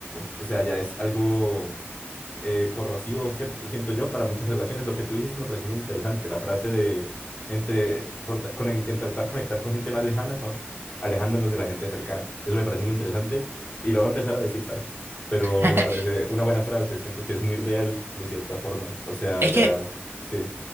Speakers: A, on the left (about 30°); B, on the right (about 60°).
A: o sea, ya es algo eh, corrosivo, cierto, siento yo, para muchas relaciones. Lo que tú dijiste me pareció muy interesante, la frase de entre, por ta- con- intentar conectar con gente más lejana, estamos alejándonos de la gente cercana. Eso me parece muy interesante y lo voy a empezar a decir, ¿sabes? Pero
B: <laughs>
A: me parece una buena frase, siento que es muy real de cierta forma. O sea,
B: Es
A: ya,
B: que
A: sí.